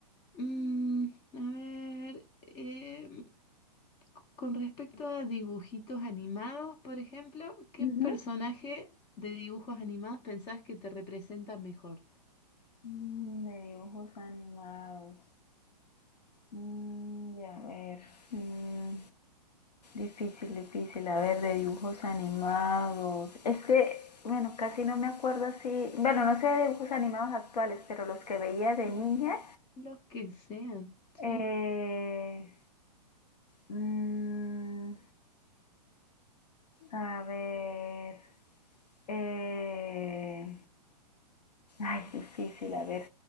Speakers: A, on the left (about 20°); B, on the left (about 70°).
A: Mm, a ver, em, con respecto a dibujitos animados, por ejemplo, ¿qué
B: Ujú.
A: personaje de dibujos animados pensás que te representa mejor?
B: Mm, De dibujos animados. Mm, ya ver. Mm, Difícil, difícil. A ver, de dibujos animados. Es que, bueno, casi no me acuerdo así. Bueno, no sé de dibujos animados actuales, pero los que veía de niña.
A: Los que sean, sí.
B: eh, mm, a ver. eh, ay, difícil. A ver,